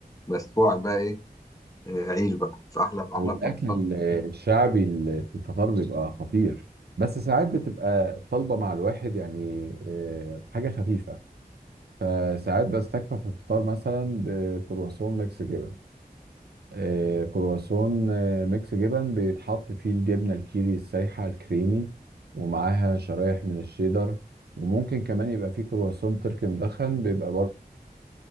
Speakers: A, on the left; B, on the right.
A: بس وأقعد بقى إيه آه، عيش بقى في أحلى في أحلى
B: والاكل
A: فطار
B: ال- الشعبي ال- في الفطار بيبقى خطير بس ساعات بتبقى طالبه مع الواحد يعني آه، حاجه خفيفه فساعات بستكفى في الفطار مثلا بكرواسون ميكس جبن آه، كرواسون آه، ميكس جبن بيتحط فيه الجبنة الكيري السايحة الكريمي ومعاها شرايح من الشيدر وممكن كمان يبقى فيه كرواسون تركي مدخن بيبقى برضه